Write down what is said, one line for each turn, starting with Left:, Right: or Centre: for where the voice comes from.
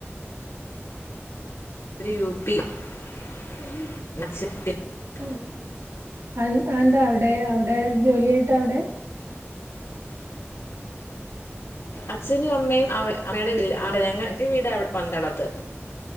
Left: അവര് യു പി <unintelligible>
Right: ആ അഎന്താ അവിടെ? അവടെ ജോലിയായിട്ട അവടെ?
Left: അച്ഛനും അമ്മയും അടെ അമ്മയുടെ വീട്ടിൽ <unintelligible> എന്റെ വീട് അവിടെ പന്തളത്ത്,